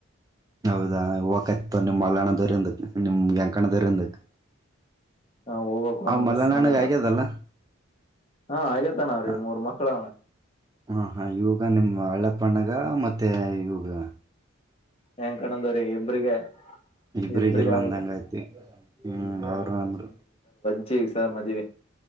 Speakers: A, on the right; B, on the left.
A: ಹೌದಾ ಹೋಗಕಯ್ತ ನಿಮ್ ಅಲ್ಲಣದವರಿಂದಕ್ ನಿಮ್ ಯಂಕಣ್ಣದವರಿಂದಕ್
B: ನಾವು ಹೋಗ್ಬೇಕು ಅವ್ನು
A: ಅವ ಮಲ
B: ಮಿಸ್
A: ನ್ಣಗ
B: ಮಾಡಲ್ಲ
A: ಆಗ್ಯದಲ್ಲ
B: ಹಾ ಆಗೇತಣ ಅವ್ರಿ
A: ಹ
B: ಮೂರ್ ಮಕ್ಳ ಅವನ
A: ಹ ಹಾ ಇವಾಗ ನಿಮ್ ಹಳ್ಳಪ್ಪಣ್ಣ ಈಗ ಮತ್ತೆ ಈಗಾಗ
B: ಹೆನ್ ಕಣದವ್ರೀ ಇಬ್ರಿಗೆ
A: ಇಬ್ರಗಲ್ಲ
B: ಇಬ್ರಿಗೆ ಆಗ್ಬೇಕ
A: ಅಂದಂಗ ಐತಿ ಹ್ಮ ಅವರು ಅಂದರು
B: ಹೆಚ್ಚಗ ಸರ್ ಮದ್ವೆ